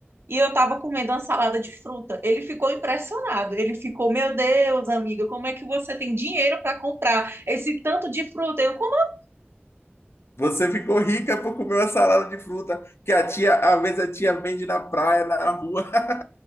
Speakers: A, on the right (about 65°); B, on the left (about 75°).
A: E eu estava comendo uma salada de fruta. Ele ficou impressionado. Ele ficou, meu Deus, amiga, como é que você tem dinheiro para comprar esse tanto de fruta? Eu, como
B: Você ficou rica por comer uma salada de fruta que a tia, às vezes a tia vende na praia, na rua. <laughs>